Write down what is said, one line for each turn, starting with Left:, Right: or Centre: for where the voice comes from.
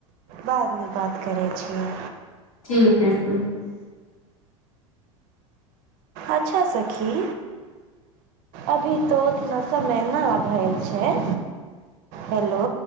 Right: बाद में बात करै छियै
Left: ठीक छै फेर
Right: अच्छा सखी अभी तऽ उतना समय नहि ना भेल छै हेलो